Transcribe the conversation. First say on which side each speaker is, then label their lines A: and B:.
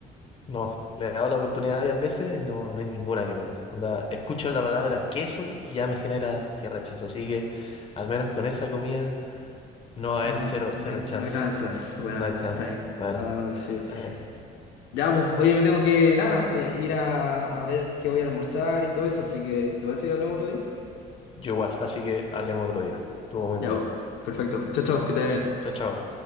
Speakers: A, on the left; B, on the left.
A: No, le he dado la oportunidad varias veces y no, no hay ninguna que me guste. Onda, escucho la palabra queso y ya me genera que rechazo. Así que al menos con esa comida no va
B: No,
A: a haber cero,
B: no
A: cero
B: hay,
A: chance.
B: no hay tranzas. Bueno,
A: No hay chance.
B: está bien.
A: Bueno,
B: Cada uno lo suyo.
A: está bien.
B: Ya, pues, oye, me tengo que, nada, eh, ir a, a ver qué voy a almorzar y todo eso, así que, ¿te parece que hablemos otro día?
A: Yo igual, así que hablemos otro día. Estuvo muy buena.
B: Ya, pues, perfecto. Chao, chao, que te vaya bien.
A: Chao, chao.